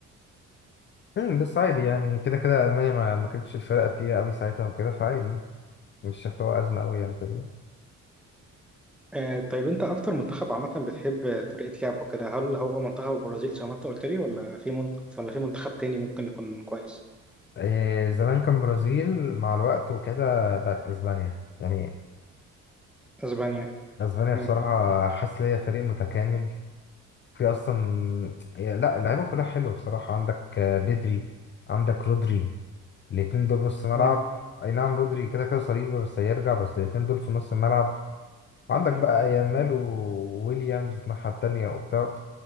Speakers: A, on the left (about 40°); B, in the centre.
A: أمم، بس عادي يعني كده كده المانيا ما, ما كانتش الفرقه التقيله قوي ساعتها وكده فعادي مش شايف هو ازمه قوي يعني فاهمني
B: آه، طيب انت اكتر منتخب عامه بتحب طريقه لعبه كده هل هو منتخب البرازيل زي ما انت قلت لي ولا في منتخب ولا في منتخب تاني ممكن يكون كويس
A: إيه زمان كان برازيل مع الوقت وكده بقت اسبانيا يعني
B: اسبانيا
A: اسبانيا
B: مم.
A: بصراحه حاسس ان هي فريق متكامل في اصلا يا- لا اللعيبه كلها حلوه بصراحه عندك آه، بدري عندك رودري الاتنين دول نص ملعب
B: مم.
A: اي نعم رودري كده كده صليبي بس هيرجع بس الاتنين دول في نص الملعب عندك
B: مم.
A: بقى يامال وويليامز الناحية التانية وبتاع